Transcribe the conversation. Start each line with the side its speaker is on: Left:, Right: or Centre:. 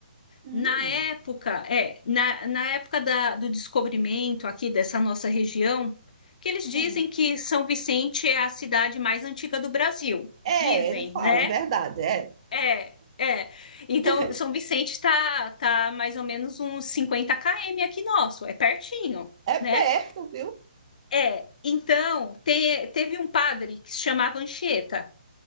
Right: Hum.
Left: Na época, é, na, na época da, do descobrimento aqui dessa nossa região, que eles dizem
Right: Sim.
Left: que São Vicente é a cidade mais antiga do Brasil.
Right: É,
Left: Dizem,
Right: ele fala,
Left: né?
Right: é verdade, é.
Left: É, é. Então,
Right: <laughs>
Left: São Vicente está tá tá mais ou menos uns cinquenta km aqui nosso, é pertinho,
Right: É
Left: né?
Right: perto, viu?
Left: É, então, te- teve um padre que se chamava Anchieta.